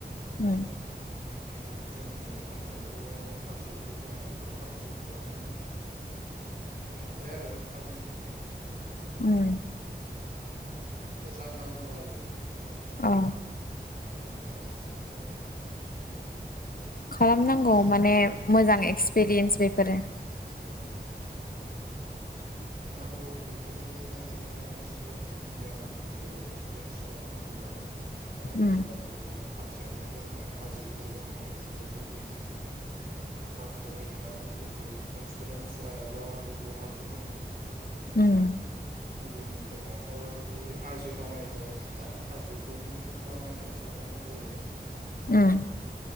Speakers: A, on the left; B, on the right.
A: उम
B: बिथिं जोंनि खाथियावबो हाजोफोर दङ बेफोराव हाजोफोराव माने
A: <inaudible>
B: थांबाय आरो खालामहैबाय।
A: उम।
B: मोजां नाङो आरो माने
A: औ
B: ट्रेकिं खालाम थांनोब्ला माने
A: खालामनांगौ
B: मोजां
A: माने मोजां
B: एक्सपिरियेन्स
A: बेफोरो
B: औ
A: <inaudible>
B: नांगौ बेफोरनिबो माने एसे गियानफोरखौ एक्सपिरियेन्स लानो नांगौ आरो। नङाब्ला
A: उम
B: आरो खाथियावनो जोंना हाजोफोर दङ बेफोराव जुदि गाखोहैनानै जुदि एक्सपिरियेन्स लायाबा आरो बहाथो मोननो?
A: उम
B: गुबुनफोरनावथ' आरो बिदि हाजो नामायोबाबो मोना हाजोखौनो बानायनासो लानो गोनां जायो।
A: उम